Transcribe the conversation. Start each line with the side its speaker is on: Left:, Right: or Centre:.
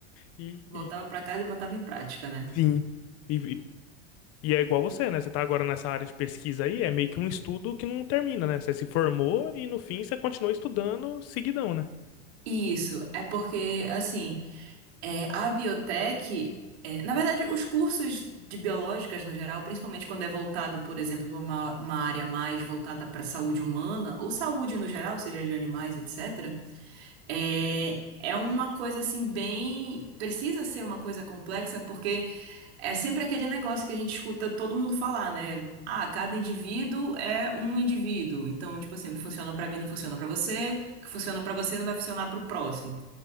Left: e, e-
Right: Voltava para casa e botava em prática, né?
Left: sim. E, e e é igual você, né? Você tá agora nessa área de pesquisa aí, é meio que um estudo que não termina, né? Você se formou e no fim você continua estudando seguidão, né?
Right: Isso, é porque, assim, é, a biotech, é, na verdade, os cursos de biológicas no geral, principalmente quando é voltado, por exemplo, para uma, uma área mais voltada para saúde humana, ou saúde no geral, seja de animais, etc., é, é uma coisa, assim, bem. Precisa ser uma coisa complexa, porque. É sempre aquele negócio que a gente escuta todo mundo falar, né? Ah, cada indivíduo é um indivíduo. Então, tipo assim, o que funciona pra mim não funciona pra você, o que funciona pra você não vai funcionar pro próximo.